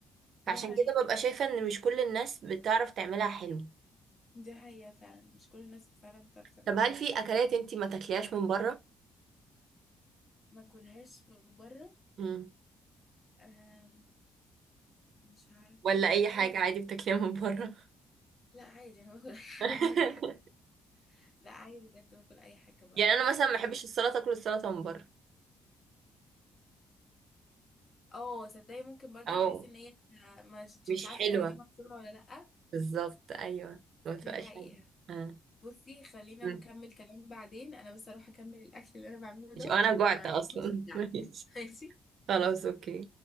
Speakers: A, on the right; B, on the left.
A: فعشان
B: دي حقيقة
A: كده ببقى شايفة ان مش كل الناس بتعرف تعملها حلو
B: دي حقيقة فعلا مش كل الناس فعلا بتعرف تعملها
A: طب هل
B: حاجة
A: في اكلات انتي ما تاكليهاش من بره
B: ما اكلهاش من بره
A: مم.
B: آم، مش عارفة
A: ولا
B: مفيش
A: اي
B: حاجة
A: حاجة عادي بتاكليها من بره
B: لا عادي انا باكل <laughs> اي حاجة
A: <laughs>
B: بره <laughs> لا عادي بجد باكل اي حاجة بره
A: يعني انا
B: عادي
A: مثلا ما بحبش
B: لا
A: السلطة اكل السلطة من بره
B: اه صدقني ممكن برضو
A: او
B: تحس ان هي آه، مش
A: مش
B: مش عارفة
A: حلوة
B: الحاجة دي مكسورة ولا لا
A: بالظبط ايوه ما تبقاش
B: دي حقيقة
A: حلوة آه.
B: بصي خلينا
A: مم.
B: نكمل كلام بعدين انا بس اروح اكمل الاكل اللي انا بعمله دوت
A: مش انا
B: و
A: جوعت اصلا
B: بص، لا
A: <laughs> ماشي
B: <laughs> ماشي
A: خلاص اوكي